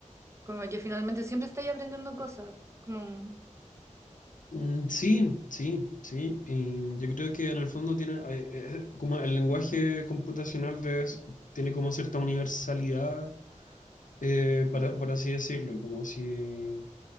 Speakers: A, on the right; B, on the left.
A: Como que finalmente siempre estáis aprendiendo cosas. Como,
B: mm, sí, sí, sí. Y yo creo que en el fondo tiene, eh, eh, como el lenguaje computacional de- tiene como cierta universalidad eh, para, por así decirlo, como si